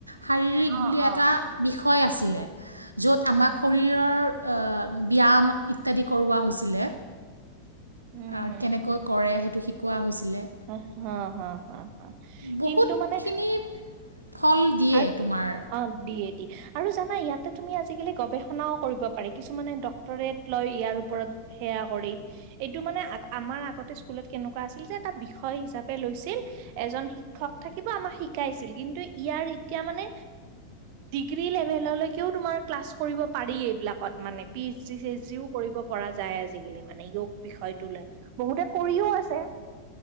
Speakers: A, on the right; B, on the right.
A: শাৰীৰিক
B: অ
A: বুলি
B: অ
A: এটা বিষয় আছিলে। য'ত আমাক
B: উম
A: শৰীৰৰ, এ ব্যায়াম ইত্যাদি কৰোৱা হৈছিলে।
B: উম
A: অ',
B: হম
A: কেনেকৈ কৰে, সেইটো শিকোৱা হৈছিলে।
B: হা-হা-হা-হা,
A: বহুতখিনি
B: কিন্তু মানে
A: ফল দিয়ে
B: আৰু,
A: তোমাৰ।
B: অ', দি এ দি। আৰু জানা ইয়াতে তুমি আজিকালি গৱেষণাও কৰিব পাৰি, কিছুমানে ডক্টৰেট লয় ইয়াৰ ওপৰত। সেয়া কৰি, এইটো মানে আগ, আমাৰ আগতে স্কুলত কেনেকুৱা আছিল যে এটা বিষয় হিচাপে লৈছিল। ছিল, এজন শিক্ষক থাকিব আমাক শিকাইছিল, কিন্তু ইয়াৰ এতিয়া মানে ডিগ্ৰী লেভেলৈকেও তোমাৰ ক্লাছ কৰিব পাৰি এইবিলাকত মানে, P H D, C H ডিও কৰিব পৰা যায় আজিকালি মানে, য়োগ বিষয়টো লৈ, বহুতে কৰিও আছে।